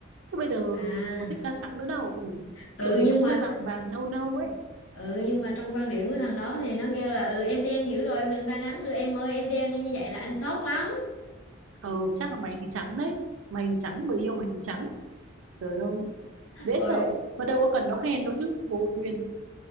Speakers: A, on the right; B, on the left.
A: chứ bây giờ
B: À,
A: có thích da trắng nữa đâu ừ.
B: ừ
A: kiểu mình
B: nhưng
A: cũng
B: mà
A: hơi vàng vàng nâu nâu ấy
B: ừ nhưng mà trong quan điểm của thằng đó thì nó kêu là ừ em đen dữ rồi em đừng ra nắng nữa em ơi em đen như vậy là anh sốt lắm.
A: ờ chắc là mày thì trắng đấy mày thì trắng người yêu mày thì trắng trời ơi dễ
B: Ôi
A: sợ mà đâu có cần nó khen đâu chứ vô duyên